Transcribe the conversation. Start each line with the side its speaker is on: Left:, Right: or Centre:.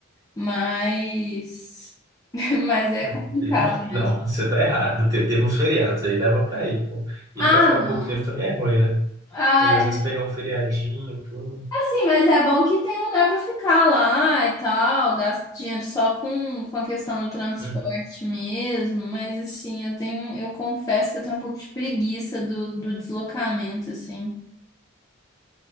Left: Mas, <laughs> mas é
Right: é,
Left: complicado
Right: teve uns-
Left: mesmo.
Right: não, você tá errado. Te- Teve uns feriados aí, dava para ir, pô. E
Left: Ah,
Right: para ficar
Left: não.
Right: pouco tempo também é ruim, né?
Left: Ah,
Right: Mas às vezes pegar um feriadinho, tudo.
Left: Assim, mas é bom que tem lugar pra ficar lá e tal, gasto dinheiro só com, com a questão do transporte
Right: Uhum.
Left: mesmo, mas assim, eu tenho, eu confesso que eu tenho um pouco de preguiça do, do deslocamento, assim.